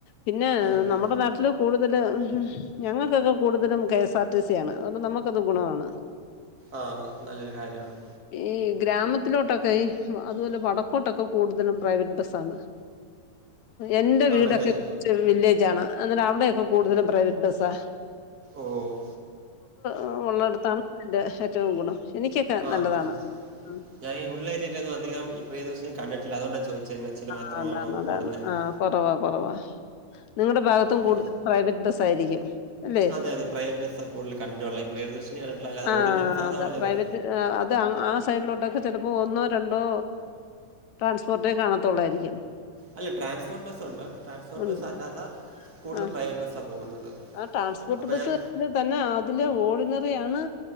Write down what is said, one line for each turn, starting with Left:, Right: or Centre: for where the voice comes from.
Left: പിന്നേ
Right: ആണല്ലേ
Left: നമ്മുടെ നാട്ടിൽ ല് കൂടുതല് ഹ് ഹ് ഞങ്ങൾക്കൊക്കെ കൂടുതലും കെഎസ് ആർ ടി സി ആണ് അതുകൊണ്ട് നമ്മക്കത് ഗുണാണ്.
Right: ആഹ് നല്ലൊരു കാര്യാണ്.
Left: ഈ ഗ്രാമത്തിലോട്ടൊക്കെ ഈ അതുവല്ല വടക്കോട്ടൊക്കെ കൂടുതലും പ്രൈവറ്റ് ബസ്സാണ്. എന്റെ വീടൊക്കെ
Right: ആണല്ലേ
Left: ചെറു വില്ലേജ് ആണ് അന്നേര അവിടെക്കെ കൂടുതലു പ്രൈവറ്റ് ബസ്സ-
Right: ഓഹ്
Left: ആഹ് ഉള്ളടത്താണ് അൻ്റെ ഏറ്റവും ഗുണം എനിക്കൊക്കെ
Right: ആഹ്
Left: നല്ലതാണ്.
Right: യെസ്
Left: ഉം
Right: ഞാ ഈ ഉള്ള ഏരീലൊന്നും അധികം ഈ പ്രിയദർശിനി കണ്ടിട്ടില്ല അതുകൊണ്ട് ചോയ്ച്ചേ എൻ എച്ചില് മാത്രമാണോ
Left: ആഹ് അതാണ് അതാണ്
Right: ഓടുന്നേന്ന്?
Left: ആഹ് കൊറവാ കൊറവാ നിങ്ങടെ ഭാഗ പ്പം
Right: ആ
Left: കൂടുൽ പ്രൈവറ്റ് ബസ് ആയിരിക്കും അല്ലെ?
Right: അതെ അതെ പ്രൈവറ്റ് ബസ്സാണ് കൂടുതൽ കണ്ടിട്ടുള്ളത് ഈ പ്രിയദർശിനി കണ്ടിട്ടില്ല അല്ലാതെ
Left: ആഹ്
Right: ഓർഡിനറി സാധാ
Left: അത
Right: ഓർഡിനറി
Left: പ്രൈവറ്റ് ആഹ് അത് ആ സൈഡിലോട്ടൊക്കെ ചിലപ്പോൾ ഒന്നോ രണ്ടോ ട്രാൻസ്പോർ ദേ കാണത്തൊള്ളായിരിക്കും.
Right: അല്ല ട്രാൻസ്പോർട്ട് ബസ്ണ്ട് ട്രാൻസ്പോർട്ട്
Left: ഉണ്ട്
Right: ബസ് അല്ലാത കൂടുതൽ
Left: ആ
Right: പ്രൈവറ്റ് ബസ്സാ പോകുന്നത്.
Left: ആ ട്രാൻസ്പോർട്ട്
Right: അപ്പോൾ
Left: ബസ്
Right: ഞാൻ
Left: തന്നെ അതില് ഓർഡിനറി ആണ്